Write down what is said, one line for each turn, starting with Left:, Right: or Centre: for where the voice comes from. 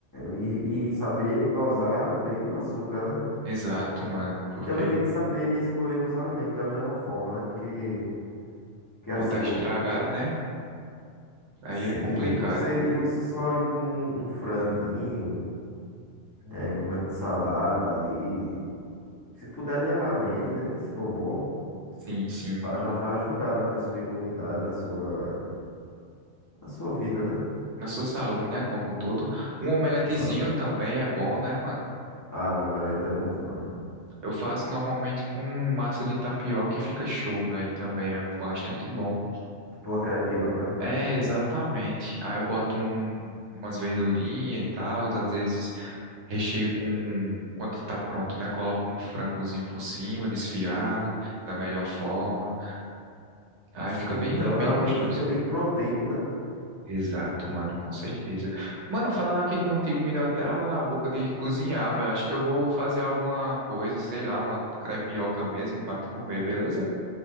Left: E, e saber dosar bem o açúcar, né?
Right: Exato, mano, porque
Left: E também tem que saber escolher os alimentos da melhor forma, né? Porque, porque assim,
Right: botar estragado,
Left: o, o-
Right: né, aí
Left: sim,
Right: é complicado.
Left: e você, e você só ali com um franguinho,
Right: Hum.
Left: é, comendo salada ali. Se puder diariamente, né? Se for bom.
Right: Sim, sim.
Left: tal, já vai ajudar ali na sua imunidade, na sua, na sua vida, né?
Right: Na sua saúde, né, como um todo. Um omeletezinho
Left: Saúde.
Right: também é bom, né, mano?
Left: Ah, um omelete é bom demais.
Right: Eu faço normalmente com massa de tapioca e fica show, velho. Também é bastante bom.
Left: Tipo uma crepioca, né?
Right: É, exatamente. Aí eu boto um- umas verdurinhas e tal, às vezes recheio com, quando tá pronto, né? Coloco um frangozinho por cima, desfiado, da melhor forma. Aí
Left: Sim,
Right: fica bem,
Left: então
Right: bem
Left: realmente
Right: gostoso.
Left: fica bem proteico, né?
Right: Exato, mano, com certeza. Mano, falando aqui contigo, me deu até água na boca de cozinhar, velho. Acho que eu vou fazer alguma coisa, sei lá, uma crepioca mesmo pra me comer, beleza?